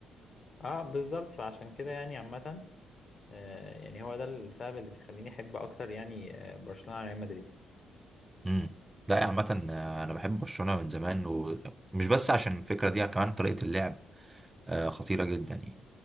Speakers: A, on the left (about 45°); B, on the right (about 15°).
A: اه بالظبط فعشان كده يعني عامه آه، يعني هو ده السبب اللي بيخليني احب اكتر يعني آه، برشلونة على ريال مدريد
B: مم. لا عامه آه، انا بحب برشلونه من زمان ومش بس عشان الفكره دي كمان طريقه اللعب آه، خطيره جدا يعني